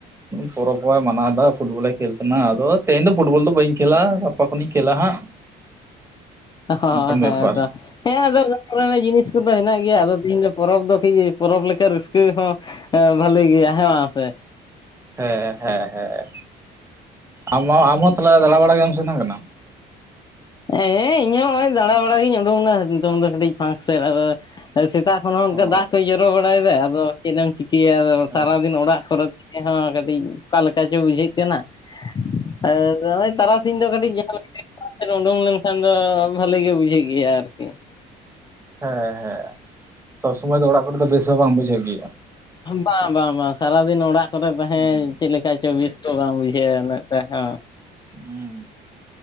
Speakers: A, on the right; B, on the left.
A: ᱯᱚᱨᱚᱵᱽ ᱦᱚᱸ ᱟᱭ ᱢᱟᱱᱟᱣ ᱮᱫᱟ ᱯᱷᱩᱴᱵᱚᱞᱮ ᱠᱷᱮᱞ ᱠᱟᱱᱟ᱾ ᱟᱫᱚ ᱛᱮᱦᱮᱧ ᱫᱚ ᱯᱷᱩᱴᱵᱚᱞ ᱫᱚ ᱵᱟᱹᱧ ᱠᱷᱮᱞᱟ ᱜᱟᱯᱟ ᱠᱷᱮᱞᱟ ᱦᱟᱸᱜ᱾
B: ᱦᱳ
A: ᱚᱱᱠᱟᱱ
B: ᱦᱮᱸ
A: ᱵᱮᱯᱟᱨ
B: ᱛᱚ ᱦᱮᱸ ᱟᱫᱚ ᱠᱚᱨᱮᱱᱟᱜ ᱡᱤᱱᱤᱥ ᱠᱚᱫᱚ ᱦᱮᱱᱟᱜ ᱜᱮᱭᱟ ᱟᱫᱚ ᱛᱤᱦᱤᱧ ᱫᱚ ᱯᱚᱨᱚᱵᱽ ᱫᱚ ᱠᱟᱹᱡ ᱯᱚᱨᱚᱵᱽ ᱞᱮᱠᱟ ᱨᱟᱹᱥᱠᱟᱹ ᱦᱚᱸ ᱦᱮᱸ ᱵᱷᱟᱞᱤ ᱜᱮᱭᱟ ᱦᱮᱸ ᱥᱮ᱾
A: ᱦᱮᱸ ᱦᱮᱸ ᱦᱮᱸ ᱟᱢ ᱟᱢ ᱦᱚᱸ ᱛᱟᱦᱚᱞᱮ ᱫᱟᱲᱟ ᱵᱟᱲᱟ ᱜᱮᱢ ᱥᱮᱱ ᱟᱠᱚᱢ᱾
B: ᱮᱸ ᱤᱧ ᱦᱚᱸ ᱱᱚᱜᱚᱭ ᱫᱟᱬᱟ ᱵᱟᱲᱟᱜ ᱜᱤᱧ ᱩᱰᱩᱠ ᱱᱟ ᱱᱤᱛᱚᱝ ᱫᱚ ᱠᱟᱹᱴᱤᱡ ᱯᱷᱟᱠ ᱥᱮᱫ ᱟᱨ ᱥᱮᱛᱟᱜ ᱠᱷᱚᱱ ᱦᱚᱸ ᱚᱱᱠᱟ
A: ᱚ
B: ᱫᱟᱜ ᱠᱚᱭ ᱡᱚᱨᱚ ᱵᱟᱲᱟᱭᱮᱫᱟ ᱟᱫᱚ ᱪᱮᱫ ᱮᱢ ᱪᱤᱠᱟᱹᱭᱟ ᱟᱫᱚ᱾
A: ᱦᱮᱸ
B: ᱥᱟᱨᱟᱫᱤᱱ ᱚᱲᱟᱜ ᱠᱚᱨᱮ ᱠᱟᱹᱴᱤᱡ ᱚᱠᱟ ᱞᱮᱠᱟ ᱪᱚ ᱵᱩᱡᱷᱟᱹᱜ ᱠᱟᱱᱟ᱾ ᱟᱨ ᱱᱚᱜ-ᱚᱭ ᱛᱟᱨᱟᱥᱤᱧ ᱫᱚ ᱠᱟᱹᱴᱤᱡ ᱡᱟᱸᱦᱟ ᱞᱮᱠᱟ ᱜᱮ᱾ ᱚᱰᱩᱝ ᱞᱮᱱᱠᱷᱟᱱ ᱫᱚ ᱵᱷᱟᱞᱤ ᱜᱮ ᱵᱩᱡᱷᱟᱹᱜ ᱜᱮᱭᱟ ᱟᱨᱠᱤ᱾
A: ᱦᱮᱸ ᱦᱮᱸ ᱥᱚᱵ ᱥᱚᱢᱚᱭ ᱫᱚ ᱚᱲᱟᱜ ᱠᱚᱨᱮ ᱫᱚ ᱵᱮᱥ ᱦᱚᱸ ᱵᱟᱝ ᱵᱩᱡᱷᱟᱹᱜ ᱜᱮᱭᱟ᱾
B: ᱵᱟᱝ ᱵᱟᱝ ᱵᱟᱝ ᱥᱟᱨᱟᱫᱤᱱ ᱫᱚ ᱚᱲᱟᱜ ᱠᱚᱨᱮ ᱛᱟᱦᱮᱸ
A: ᱦᱩᱸ
B: ᱪᱮᱫ ᱞᱮᱠᱟ ᱪᱚ ᱵᱮᱥ ᱛᱚ ᱵᱟᱝ ᱵᱩᱡᱷᱟᱹᱜᱼᱟ ᱩᱱᱟᱹᱜ ᱴᱟᱜ ᱦᱚᱸ᱾
A: ᱦᱩᱸ